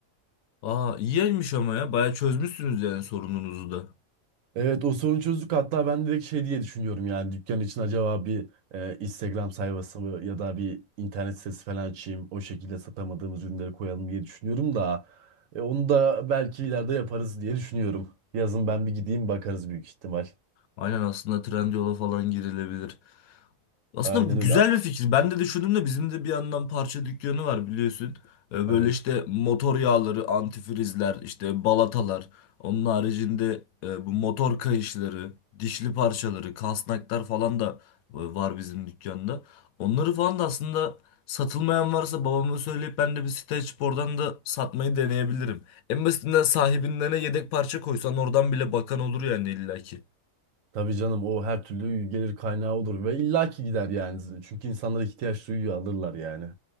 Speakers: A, on the left; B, on the right.
A: Aa iyiymiş ama ya bayağı çözmüşsünüz yani sorununuzu da.
B: Evet o sorunu çözdük. Hatta ben direkt şey diye düşünüyorum yani dükkan için acaba bir e, Instagram sayfası mı ya da bir internet sitesi falan açayım. O şekilde satamadığımız ürünleri koyalım diye düşünüyorum da e, onu da belki ileride yaparız diye düşünüyorum. Yazın ben bir gideyim bakarız büyük ihtimal.
A: Aynen aslında Trendyol'a falan girilebilir. Aslında
B: Aynen
A: bu
B: öyle.
A: güzel bir fikir. Ben de düşündüm de bizim de bir yandan parça dükkanı var biliyorsun. Ee,
B: Evet.
A: Böyle işte motor yağları, antifrizler, işte balatalar. Onun haricinde e, bu motor kayışları, dişli parçaları, kasnaklar falan da e, var bizim dükkanda. Onları falan da aslında satılmayan varsa babama söyleyip ben de bir site açıp oradan da satmayı deneyebilirim. En basitinden sahibinden yedek parça koysan oradan bile bakan olur yani illaki.
B: Tabii canım o her türlü gelir kaynağı olur ve illaki gider yani. Çünkü insanlar ihtiyaç duyuyor alırlar yani.